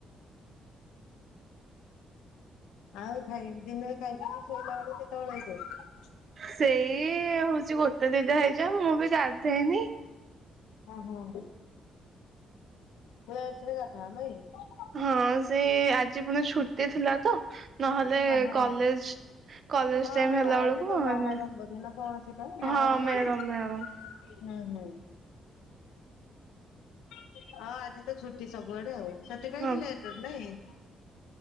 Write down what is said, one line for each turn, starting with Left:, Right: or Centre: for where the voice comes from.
Left: ଆଉ ଖାଇକି ଦିନରେ ଖାଇକିି ଶୋଇଲା ବେଳକୁ କେତେବେଳେ ହେଇଯାଏ।
Right: ସେଇ ହଉଛି ଗୋଟେ ଦିଇଟା ହେଇଯାଏ ମୁଁ ବି ଗାଧେଇନି।
Left: ହୁଁ ହୁଁ, ପୁଇ ଆଉଥରେ ଗାଧାଅ ନାଇକି।
Right: ହଁ ସେ ଆଜି ପୁଣି ଛୁଟି ଥିଲା ତ ନହେଲେ
Left: ଓହୋ।
Right: କଲେଜ କଲେଜ
Left: ହଁ
Right: ଟାଇମ
Left: ହଁ
Right: ହେଲା
Left: ଆଜି
Right: ବେଳକୁ
Left: ତ ମହରମ
Right: ଆମେ
Left: ବୋଧେ ନା କଣ ସେଟା ମହରମ
Right: ହଁ ମ୍ୟାଡ଼ାମ
Left: କି ହୁଁ
Right: ମ୍ୟାଡ଼ାମ
Left: ହୁଁ, ହଁ ଆଜି ତ ଛୁଟି ସବୁଆଡେ ଆଉ ସେଠ କାଇଁକି
Right: ହଁ
Left: ଲେଟ ନାଇକି